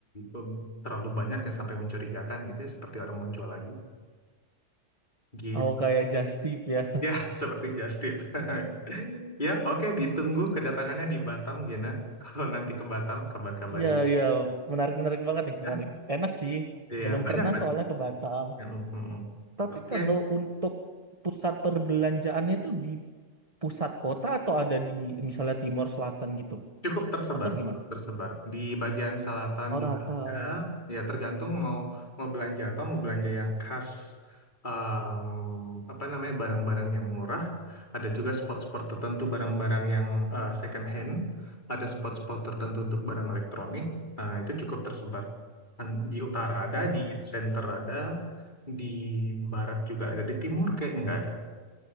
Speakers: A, on the left (about 40°); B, on the right (about 30°).
A: eh, terlalu banyak yang sampai mencurigakan gitu ya, seperti orang mau jual lagi gitu.
B: Oh, kayak just tip ya. <laughs>
A: Ya, <laughs> seperti just tip. <laughs> Ya, oke, ditunggu kedatangannya di Batam, Gina <laughs> Kalau nanti ke Batam, kabar-kabarin.
B: Iya, iya. Menarik-menarik banget nih,
A: Ya,
B: menarik. Enak sih.
A: iya,
B: Belum
A: banyak
B: pernah
A: tadi.
B: soalnya ke Batam.
A: Mm, mm, mm.
B: Tapi
A: Oke,
B: kalau untuk pusat perbelanjaannya itu di pusat kota atau ada di misalnya timur selatan gitu?
A: cukup tersebar,
B: Atau gimana?
A: cukup tersebar. Di bagian selatan
B: Oh, rata.
A: juga ada. Ya, tergantung mau mau belanja apa, mau belanja yang khas, em, apa namanya, barang-barang yang murah. Ada juga spot-spot tertentu barang-barang yang eh, second hand. Ada spot-spot tertentu untuk barang elektronik. Nah, itu cukup tersebar. An- Di utara ada,
B: Oh,
A: di center ada, di barat juga ada, di timur kayaknya nggak ada.